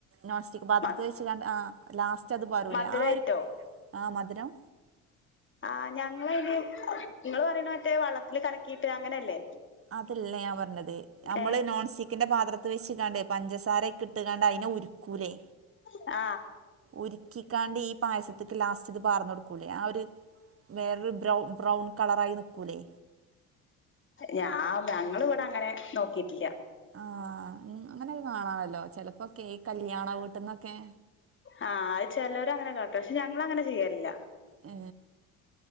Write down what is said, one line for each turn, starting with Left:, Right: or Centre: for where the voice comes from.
Right: നോൺസ്റ്റിക് പാത്രത്
Left: മ
Right: വെച്ച് കാണ്ട് ആ ലാസ്റ്റ് അത് പാരൂലെ
Left: മധുരായിട്ടോ
Right: ആ ഒരു ആ മധുരം
Left: ആ ഞങ്ങള് അയ്‌ന് നിങ്ങള് പറയ്ണെ മറ്റേ വള്ളത്തില് കലക്കീട്ട് അങ്ങനെയല്ലേ?
Right: അതല്ല ഞാൻ പറഞ്ഞത് നമ്മള്
Left: ഏഹ്
Right: നോൺ സ്റ്റിക്കിന്റെ പാത്രത്ത് വെച്ച്ക്കാണ്ട് പഞ്ചസാരക്കരയ്ക്ക് ഇട്ട്ക്കാണ്ട് അയിനെ ഉരുക്കൂലേ?
Left: ആ
Right: ഉര്ക്കിക്കാണ്ട് ഈ പായസത്ക്ക് ലാസ്റ്റ് ഇത് പാർന്ന കൊടുക്കൂലേ ആ ഒര് വേറൊരു ബ്രവ് ബ്രൗൺ കളറായി നിൽക്കൂലേ?
Left: ഞാ ഞങ്ങളിഇവടെ അങ്ങനെ നോക്കിട്ടില്ല.
Right: ആങ്ങ് അങ്ങനെ കാണാല്ലോ ചെലപ്പോക്കെ ഈ കല്യാണ വീട്ടിലൊക്കെ
Left: ആ ആ ചെലൊര് അങ്ങനെ കാട്ടും പക്ഷെ ഞങ്ങങ്ങനെ ചെയ്യാലില്ല.
Right: ഏ